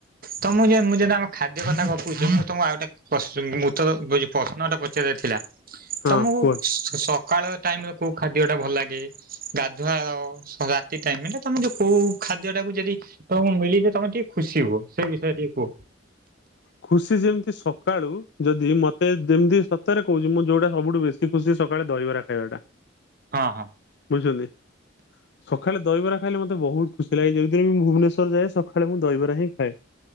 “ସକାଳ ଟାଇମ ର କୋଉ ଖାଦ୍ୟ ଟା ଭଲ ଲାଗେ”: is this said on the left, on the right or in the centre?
Right